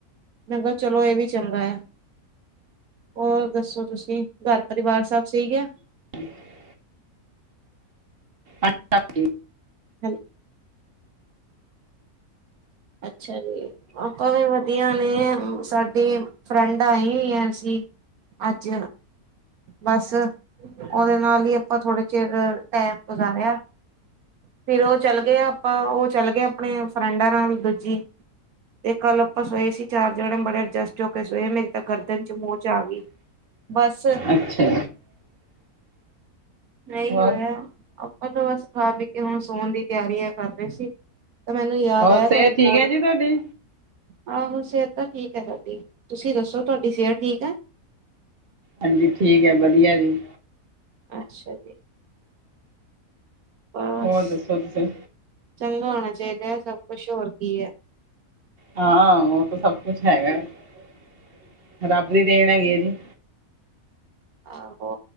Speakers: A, on the right; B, on the right.
A: ਮੈ ਕਿਹਾ ਚਲੋ ਇਹ ਵੀ ਚੰਗਾ ਆ ਹੋਰ ਦੱਸੋ ਤੁਸੀਂ ਘਰ ਪਰਿਵਾਰ ਸਭ ਸਹੀਕ ਆ
B: <inaudible> ਅੱਛਾ ਜੀ
A: ਹੈੱਲੋ ਅੱਛਾ ਜੀ ਆਪਾਂ ਵੀ ਵਧੀਆ ਨੇ ਸਾਡੇ ਫਰੈਂਡ ਆਈ ਆਸੀਂ ਅੱਜ ਬਸ ਉਹਦੇ ਨਾਲ ਹੀ ਆਪਾਂ ਥੋੜੇ ਚਿਰ ਟੈਮ ਗੁਜ਼ਾਰਿਆ ਫਿਰ ਉਹ ਚੱਲ ਗਏ ਆਪਾਂ ਉਹ ਚੱਲ ਗਏ ਆਪਣੇ ਫਰੈਂਡਾਂ ਨਾਲ ਦੂਜੀ ਤੇ ਕੱਲ ਆਪਾਂ ਸੋਏ ਸੀ ਚਾਰ ਜਣੇ ਬੜੇ ਅਡਜਸਟ ਹੋ ਕੇ ਸੋਏ ਮੇਰੀ ਤਾਂ ਗਰਦਨ ਚ ਮੋਹਚ ਆ ਗਈ ਬਸ
B: ਅੱਛਾ
A: ਨਹੀਂ
B: ਹੋਰ
A: ਹੋਇਆ ਆਪਾਂ ਤਾਂ ਬਸ ਖਾ ਪੀ ਕੇ ਹੁਣ ਸੋਣ ਦੀ ਤਿਆਰੀ ਆ ਕਰ ਰਹੇ ਸੀ ਤਾਂ ਮੈਨੂੰ ਯਾਦ
B: ਹੋਰ
A: ਆ
B: ਸਿਹਤ
A: ਤੁਹਾਨੂੰ
B: ਠੀਕ
A: ਕੋਲ
B: ਹੈ ਜੀ ਤੁਹਾਡੀ
A: ਆਹੋ ਸਿਹਤ ਤਾਂ ਠੀਕ ਹੈ ਸਾਡੀ ਤੁਸੀਂ ਦੱਸੋ ਤੁਹਾਡੀ ਸਿਹਤ ਠੀਕ ਆ
B: ਹਾਂਜੀ ਠੀਕ ਹੈ ਵਧੀਆ ਜੀ
A: ਅੱਛਾ ਜੀ ਬਸ
B: ਹੋਰ ਦੱਸੋ ਤੁਸੀ
A: ਚੰਗਾ ਹੋਣਾ ਚਾਹੀਦਾ ਸਭ ਕੁਛ ਹੋਰ ਕੀ ਹੈ
B: ਹਾਂ ਉਹ ਤਾਂ ਸਭ ਕੁਛ ਹੈਗਾ ਰੱਬ ਦੀ ਦੇਣ ਹੈਗੀ ਹੈ ਜੀ
A: ਆਹੋ